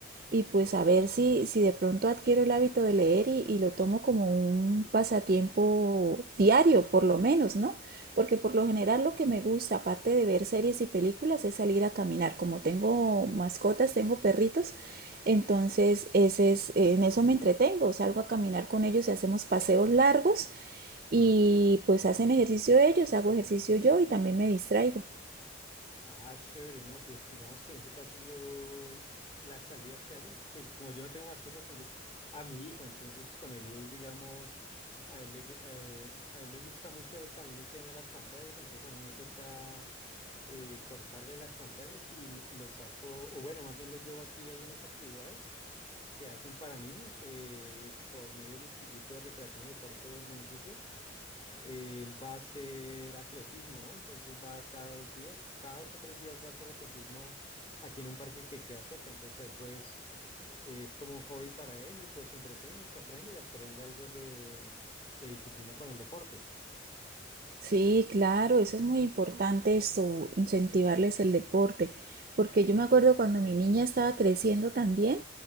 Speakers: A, on the right (about 45°); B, on the left (about 30°).
A: y pues a ver si, si de pronto adquiero el hábito de leer y, y lo tomo como un pasatiempo diario, por lo menos, ¿no? Porque por lo general lo que me gusta, aparte de ver series y películas, es salir a caminar. Como tengo mascotas, tengo perritos, entonces ese es, en eso me entretengo. Salgo a caminar con ellos y hacemos paseos largos y pues hacen ejercicio ellos, hago ejercicio yo y también me distraigo.
B: Ah, chévere, no, pues digamos que en ese caso yo las salidas que hago, pues como yo no tengo mascotas, tengo es a mi hijo, entonces con él, digamos, a él le, gu- eh, a él le gusta mucho el- también el tema de las pantallas, entonces a mí me toca eh, cortarle las pantallas y mo- los saco, o bueno, más bien los llevo aquí, hay unas actividades que hacen para niños eh, por medio del Instituto de Recreación y Deporte del municipio. Él va a hacer atletismo, ¿no? Entonces va cada dos días, cada dos o tres días va a hacer atletismo aquí en un parque que queda cerca. Entonces ahí pues es como un hobby para él y pues se entretiene y se aprende y aprende algo de, de disciplina con el deporte.
A: Sí, claro, eso es muy importante, eso, incentivarles el deporte, porque yo me acuerdo cuando mi niña estaba creciendo también,